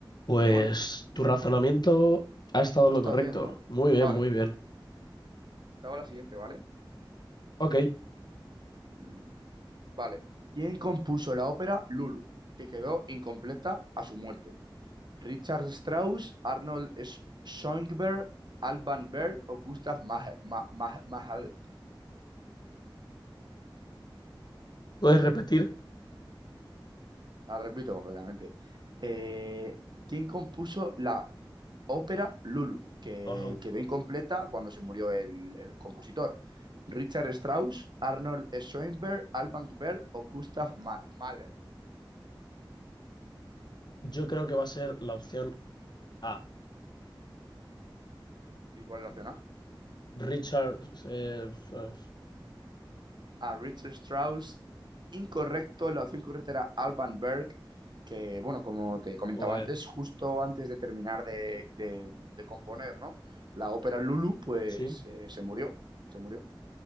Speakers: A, on the left; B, on the right.
A: Pues
B: Pero bueno,
A: tu razonamiento ha estado en
B: ha
A: lo
B: estado
A: correcto.
B: bien, ¿no?
A: Muy bien,
B: Vale,
A: muy bien.
B: estaba la siguiente, ¿vale?
A: Ok,
B: Mm, Vale. ¿Quién compuso la ópera Lulu, que quedó incompleta a su muerte? ¿Richard Strauss, Arnold Sch- Schoenberg, Alban Berg o Gustav Mahler? Ma- Ma- Mahler?
A: ¿puedes repetir?
B: La repito completamente. Eh, ¿quién compuso la ópera Lulu, que
A: Ajá.
B: quedó incompleta cuando se murió el, el compositor? ¿Richard Strauss, Arnold Schoenberg, Alban Berg o Gustav Ma- Mahler?
A: Yo creo que va a ser la opción A.
B: ¿Y cuál es la opción A?
A: Richard... eh, eh,
B: a Richard Strauss. Incorrecto, la opción correcta era Alban Berg, que, bueno, como te comentaba
A: joder.
B: antes, justo antes de terminar de, de- de componer, ¿no? La ópera Lulu, pues
A: Sí.
B: eh, se murió, se murió.